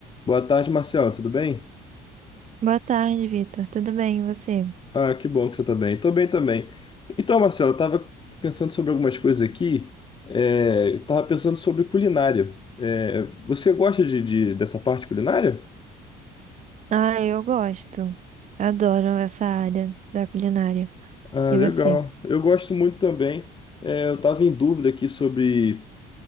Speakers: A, on the left; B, on the right.
A: Boa tarde, Marcelo. Tudo bem?
B: Boa tarde, Vitor. Tudo bem, e você?
A: Ah, que bom que você tá bem. Tô bem também. Então, Marcelo, eu tava pensando sobre algumas coisas aqui. É, eu tava pensando sobre culinária. É, você gosta de, de- dessa parte culinária?
B: Ah, eu gosto. Adoro essa área da culinária.
A: Ah,
B: E
A: legal.
B: você?
A: Eu gosto muito também. É, eu tava em dúvida aqui sobre,